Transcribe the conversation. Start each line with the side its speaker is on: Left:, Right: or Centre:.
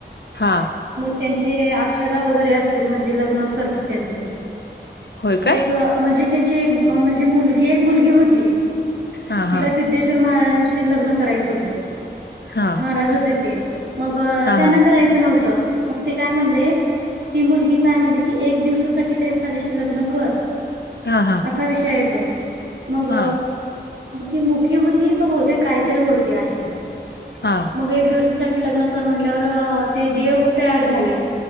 Left: हा
Right: त्यांची ज अक्षदा वगैरे असत म्हणजे लग्न करते त्यांचं
Left: होय
Right: ते
Left: काय
Right: एक म्हणजे त्यांची एक म्हणजे मुलगी एक मुलगी होती
Left: हा हा
Right: तिला सिद्धेश्वर महाराजांशी लग्न करायचं होतं
Left: हा
Right: महाराज होते ते मग
Left: हा
Right: त्यांना
Left: हा
Right: करायचं नव्हतं मग ते काय म्हणले ती मुलगी काय म्हटली की एक दिवसासाठी तरी माझ्याशी लग्न कर
Left: हा हा
Right: असा विषय येतो मग
Left: हा
Right: ती मुखी होती का बोते काहीतरी होती अशीच
Left: हा
Right: मग एक दिवसासाठी लग्न कर म्हटल्यावर ते देव तयार झाले